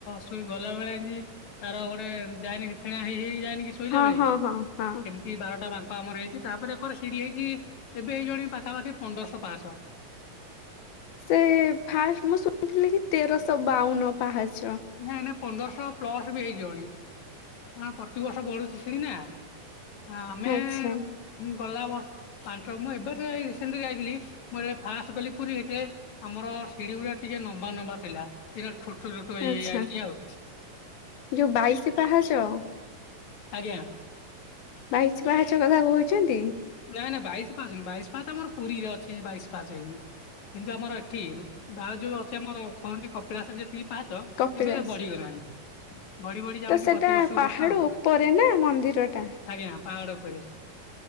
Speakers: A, on the left; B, on the left.
A: ସେଇ ଗଲା ବେଳେ ତାର ଗୋଟେ ଯାଏନିକି ଫେଣା ହେଇ ହେଇ ଯାଏନି କି ଶୋଇଲା
B: ହଁ
A: ବେଳେ
B: ହଁ ହଁ ହଁ।
A: ସେମିତି ବାରଟା ବାଙ୍କ ଆମର ହେଇଛି। ତାପରେ ଏକର ସିଡି ହେଇଛି ଚି ଏବେ ହେଇ ଗଲାଣି ପାଖାପାଖି ପନ୍ଦରଶହ ପାହାଚ।
B: ସେ ଫାଷ୍ଟ ମୁଁ ଶୁଣିଥିଲି କି ତେରଶହ ବାଉନ। ପାହାଚ।
A: ନା ନା ପନ୍ଦରଶହ ପ୍ଲସ ବି ହେଇଯିବଣି ଆ ପ୍ରତିବର୍ଷ ବଢୁଛି ସିଡି ନା। ଆମେ
B: ଆଚ୍ଛା
A: ଗଲା ବର୍ଷ ପାଞ୍ଚ ମୁଁ ଏବେ ତ ରିଶିନ୍ଟି ଯାଇଥିଲି ମୁଁ ଫାସ୍ଟେ ଗଲି ପୁରୀ ଯେତେବେଳେ ଆମର ସିଡି ଗୁଡା ଟିକେ ନମ୍ବା ନମ୍ବା ଥିଲା ଏଇରା ଛୋଟ ଛୋଟ ହେଇ
B: ଆଚ୍ଛା
A: ହେଇ ଆଇଲାଣି ଆଉ।
B: ଯୋଉ ବାଇଶି ପାହାଚ।
A: ଆଜ୍ଞା।
B: ବାଇଶି ପାହାଚ କଥା କହୁଛନ୍ତି।
A: ନାଇଁ ନାଇଁ ବାଇଶ ପାହାଚ ବାଇଶ ପାହାଚ ତ ଆମର ପୁରୀରେ ଅଛି ବାଇଶ ପାଚ ହେଇଚି। କିନ୍ତୁ ଆମର ଏଠି ଭାଉ ଯୋଉ ଅଛି ଆମର କଣନ୍ତି କପିଳାସର ଯେତିକି ପାହାଚ
B: କପିଳାସ।
A: ଏବେ ବଢିଗଲାଣି। ବଢି ବଢି ଯାଉଛି
B: ତ ସେଟା
A: ପ୍ରତିବର୍ଷକୁ
B: ପାହାଡ
A: ବର୍ଷ ଆଉ
B: ଉପରେ ନା ମନ୍ଦିର ଟା
A: ଆଜ୍ଞା ପାହାଡ ଉପରେ।